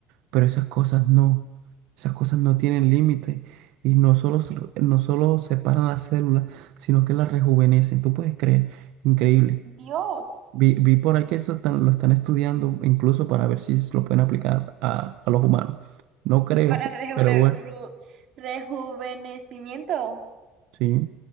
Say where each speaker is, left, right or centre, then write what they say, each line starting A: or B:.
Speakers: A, on the right; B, on the right.
A: Pero esas cosas no. Esas cosas no tienen límite. Y no solo, se- no solo separan las células, sino que las rejuvenecen. Tú puedes creer. Increíble.
B: Dios.
A: Vi, vi por ahí que eso están- lo están estudiando incluso para ver si lo pueden aplicar a, a los humanos. No creo,
B: <laughs> Para rejuve-
A: <laughs> pero bueno,
B: ru- rejuvenecimiento.
A: sí.